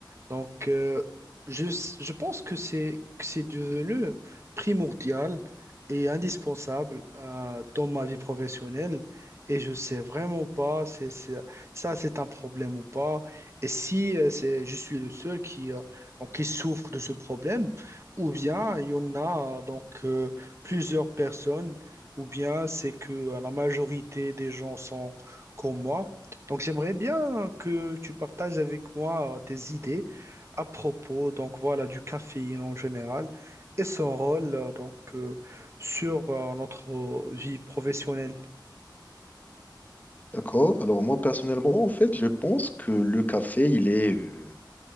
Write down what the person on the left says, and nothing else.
D'accord. Alors moi personnellement, en fait, je pense que le café, il est, euh,